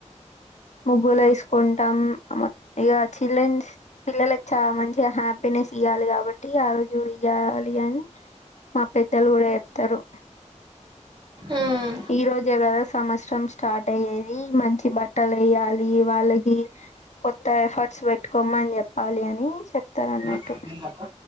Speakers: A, on the left; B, on the right.
A: ముగ్గులు వేసుకుంటాం. మొ ఇక చిల్డ్రన్స్ పిల్లలకి చాలా మంచిగ హ్యాపీ నెస్ ఇయాలి కాబట్టి ఆ రోజు ఇయాలి అని మా పెద్దలు కూడా చెప్తారు.
B: ఉమ్
A: ఈ రోజే కదా సంవత్సరం స్టార్ట్ అయ్యేది. మంచి బట్టలు బట్టలు వేయాలి. వాళ్ళకి కొత్త ఎఫర్ట్స్ పెట్టుకోమని చెప్పాలి అని చెప్తారు. అన్నట్టు
B: ఏంది అక్క.